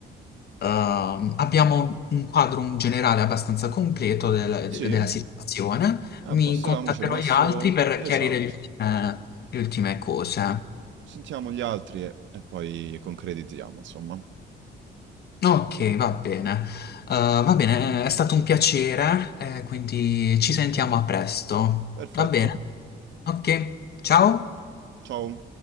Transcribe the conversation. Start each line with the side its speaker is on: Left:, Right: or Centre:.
Left: ehm, abbiamo un quadro in generale abbastanza completo del-
Right: Sì?
Left: della situazione. Mi
Right: A posto,
Left: contatterò
Right: l'amo ci è rimasto...
Left: gli altri per
Right: Esatto.
Left: chiarire le ultime, le ultime cose.
Right: Sentiamo gli altri e, e poi concretizziamo, insomma.
Left: Ok, va bene. Eh, va bene, è stato un piacere, eh, quindi ci sentiamo a presto.
Right: Perfetto.
Left: Va bene? Ok, ciao.
Right: Ciao.